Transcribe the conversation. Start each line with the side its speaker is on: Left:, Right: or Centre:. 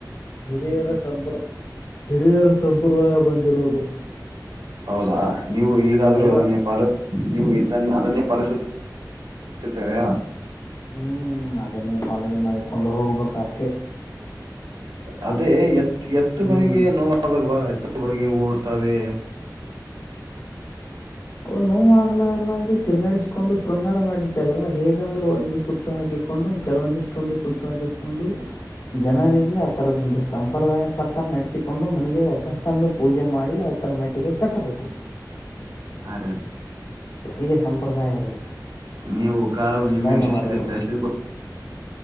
Left: ಹಿರಿಯರ ಸಂಪ್ರ ಹಿರಿಯರ ಸಂಪ್ರದಾಯ ಬಂದಿರುವುದು
Right: ಹೌದಾ ನೀವು ಈಗಾದ್ರೂ
Left: ಅದಲ್ವಾ
Right: ಅದನ್ನೇ ಪ ನೀವು ಅನ್ನ ಅದನ್ನೇ ಫಲಿಸುತ್ತುತ್ತಿದ್ದಾರಾ
Left: ಹ್ಮ್ ಅದನ್ನೇ ಪಾಲನೆ ಮಾಡ್ಕೊಂಡು ಹೋಗ್ಬೇಕ ಅಷ್ಟ
Right: ಅದೇ ಎತ್ ಎತ್ತುಗಳಗಳಿಗೆ
Left: ಹ್ಮ್
Right: ನೋವಾಗಲ್ವ ಗಳಿಗೆ ಓಡ್ತವೆೆ
Left: ಅವ ನೋವುವಾಗಲಾರದಾಗಿೆ ತಿರುಗಾಡಿಸಿಕೊಂಡು ಶೃಂಗಾರ ಮಾಡತ್ತೆ ಅಲ್ವ ಹೇಗಾದ್ರೂ ಒಂದು ಸುತ್ತು ಹಾಕಿ ಕೊಂಡು ಕೆಲವೊಂದಿಷ್ಟೊಂದು ಸೂುತ್ತ ಹಿಕೊಂಡು ಜನರಿಗೆ ಆತರದ ಒಂದು ಸಂಪ್ರದಾಯ ಪ್ರಕಾರ ನಡೆಸ ಿಕೊಂಡು ಮನೆಗೆ ವಾಪಸ್ ತಂದು ಪೂಜೆ ಮಾಡಿ ಅವ ತರ ಮೆಟ್ಟಿಗೆ ಕಟ್ಟಬೇಕು
Right: ಅದ
Left: ಹೀಗೆ ಸಂಪ್ರದಾಯ ಇರುವುದು
Right: ನೀವು ಕಾರ ನಿಮ್ಮೆ
Left: ಧನ್ಯವಾದಗಳು
Right: ವಿಶೇಷತೆಳಸಿದ